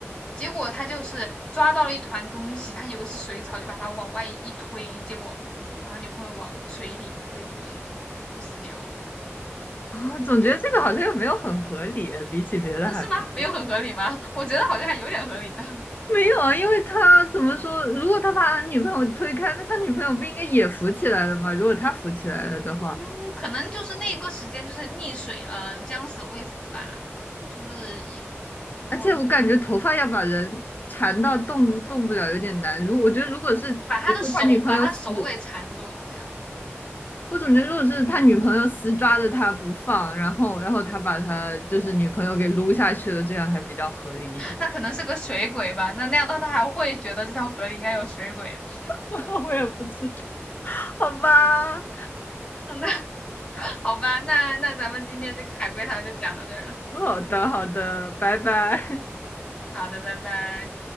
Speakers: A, on the left; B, on the left.
A: 结果他就是抓到了一团东西，他以为是水草，就把他往外一推，结果把他女朋友往水里推过去，就死掉了。
B: 啊。总觉得这个好像又没有很合理，
A: 可以，
B: 比起别的还。
A: 嗯，是吗？
B: 国
A: 没有很合理吗？<laughs> 我觉得好像还有点合理呢。<laughs>
B: 没有啊，因为他怎么说，如果他把女朋友推开，那他女朋友不应该也浮起来了吗？如果他浮起来了的话，
A: 嗯，可能就是那个时间就是溺水了，将死未死吧，就是一，然后就
B: 而且我感觉头发要把人缠到动都动不了有点难。如我觉得如果是，比如说他女朋友死
A: 把他的手把他手给缠住了，这样
B: 我总觉得，如果是他女朋友死抓着他不放，然后，然后他把他就是女朋友给撸下去了，这样还比较合理一点。
A: 那可能是个水鬼吧？那那样的话他还会觉得这条河里应该有水鬼吗？
B: <laughs> 我也不知道。好吧，
A: <laughs> 那好吧，那那咱们今天这个海龟汤就讲到这儿了。
B: 好的，好的，拜拜。
A: 好的，拜拜。